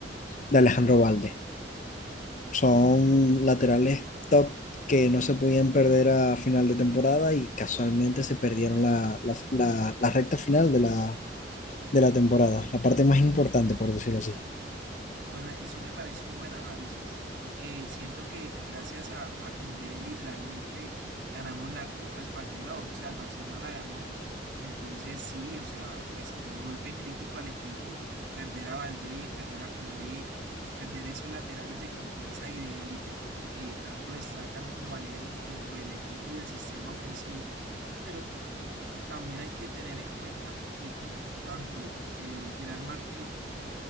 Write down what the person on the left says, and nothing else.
de Alejandro Valde. Son laterales top que no se podían perder a final de temporada y casualmente se perdieron la, la, la- la recta final de la, de la temporada, la parte más importante, por decirlo así.